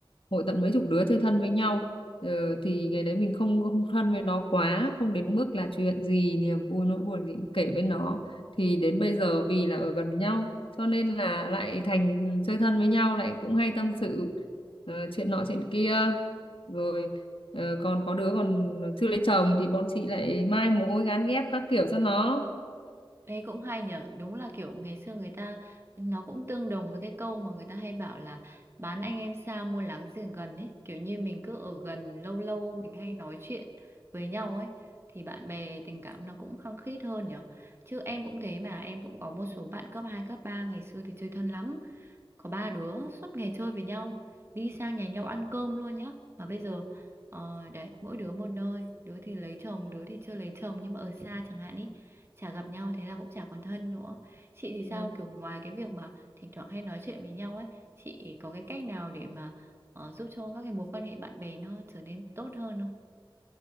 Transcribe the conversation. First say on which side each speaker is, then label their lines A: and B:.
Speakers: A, on the left; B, on the right.
A: hội tận mấy chục đứa chơi thân với nhau ờ, thì ngày đấy mình không không thân với nó quá không đến mức là chuyện gì niềm vui nỗi buồn gì cũng kể với nó thì đến bây giờ vì là ở gần nhau cho nên là lại thành chơi thân với nhau lại cũng hay tâm sự ờ, chuyện nọ chuyện kia rồi ờ, còn có đứa còn chưa lấy chồng thì bọn chị lại mai mối gán ghép các kiểu cho nó
B: Ê cũng hay nhở Đúng là kiểu ngày xưa người ta Nó cũng tương đồng với cái câu mà người ta hay bảo là Bán anh em xa mua láng giềng gần ấy Kiểu như mình cứ ở gần lâu lâu Mình hay nói chuyện với nhau ấy Thì bạn bè tình cảm nó cũng khăng khít hơn nhở Chứ em cũng thế mà Em cũng có một số bạn cấp hai cấp ba Ngày xưa thì chơi thân lắm có ba đứa suốt ngày chơi với nhau đi sang nhà nhau ăn cơm luôn nhá mà bây giờ ờ, đấy mỗi đứa một nơi đứa thì lấy chồng đứa thì chưa lấy chồng nhưng mà ở xa chẳng hạn ý chả gặp nhau thế là cũng chả còn thân nữa chị thì
A: Ừ.
B: sao kiểu ngoài cái việc mà thỉnh thoảng hay nói chuyện với nhau ấy chị có cái cách nào để mà ờ, giúp cho các cái mối quan hệ bạn bè nó trở nên tốt hơn không